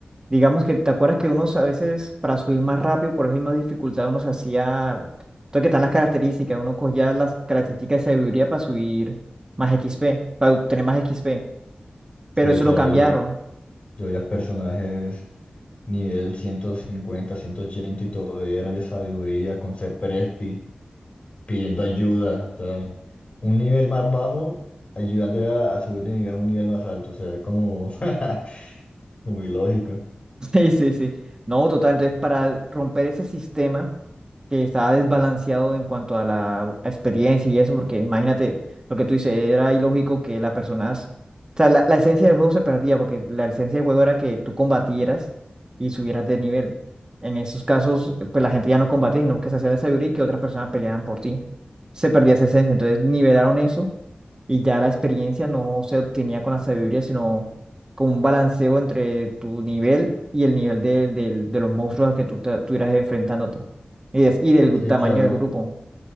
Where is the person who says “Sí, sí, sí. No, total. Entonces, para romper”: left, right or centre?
Right